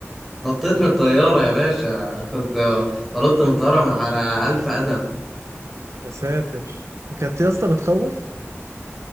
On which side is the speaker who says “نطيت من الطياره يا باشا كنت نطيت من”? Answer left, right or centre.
Centre